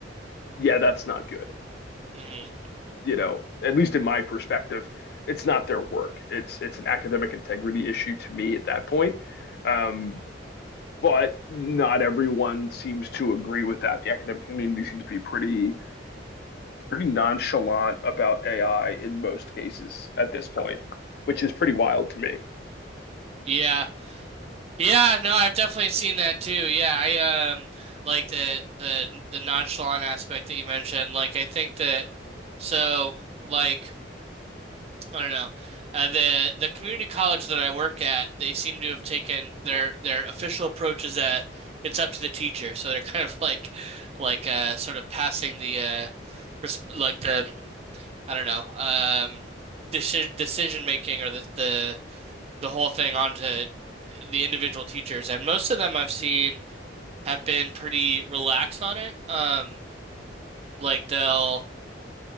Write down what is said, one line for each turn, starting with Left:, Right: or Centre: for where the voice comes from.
Left: yeah, that's not good.
Right: hmm
Left: You know, at least in my perspective, it's not their work. It's it's an academic integrity issue to me at that point. Um, but not everyone seems to agree with that. The academic community seems to be pretty pretty nonchalant about AI in most cases at this point, which is pretty wild to me.
Right: Yeah. Yeah, no, I've definitely seen that too. Yeah, I um like the the the nonchalant aspect that you mentioned. Like I think that so like I don't know. Uh, the the community college that I work at, they seem to have taken their their official approach is that it's up to the teacher. So they're <laughs> kind of like like uh sort of passing the uh res like the I don't know, um decision decision making or the the the whole thing onto the individual teachers, and most of them I've seen have been pretty relaxed on it. Um, like they'll